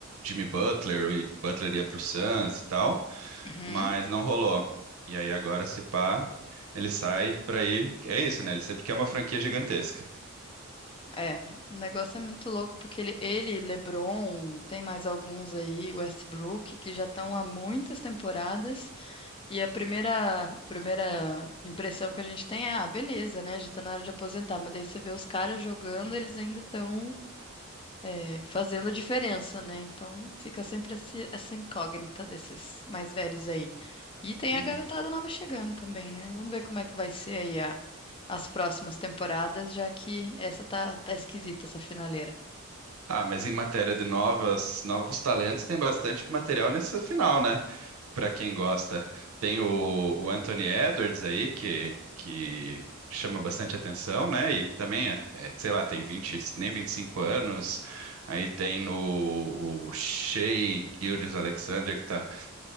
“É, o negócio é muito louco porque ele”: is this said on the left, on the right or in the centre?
Left